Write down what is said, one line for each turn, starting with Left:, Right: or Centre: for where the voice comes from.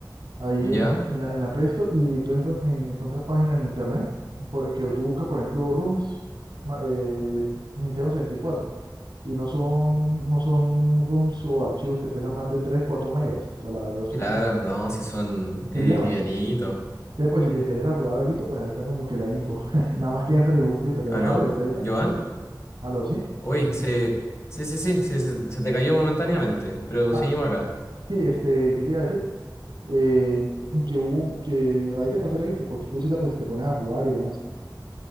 Right: ahí
Left: ya,
Right: eh, en la, en la Play Store, y tú encuent- en- encuentras páginas en internet, por, que tú buscas, por ejemplo, ROMs, ma- eh, Nintendo 64, y cuatro, y no son, no son ROMs o archivos que pesan más de 3, 4 megas, o sea, la verdad son
Left: claro, no, si son
Right: livianos.
Left: eh, livianitos.
Right: Entonces, pues si te interesa jugar algo, pues ahí está como que la info. <laughs> Nada más que entres y busques y te pegas
Left: ¿Aló?
Right: una revisadita.
Left: ¿Joan?
Right: Aló, sí.
Left: Uy, se... sí, sí, sí, sí, se, se te cayó momentáneamente, pero
Right: Ah,
Left: seguimos acá.
Right: sí, este, ¿qué te iba a decir? Eh, que hubo, que ahí te pasé la info, cualquier cosita pues te pones a jugar y demás.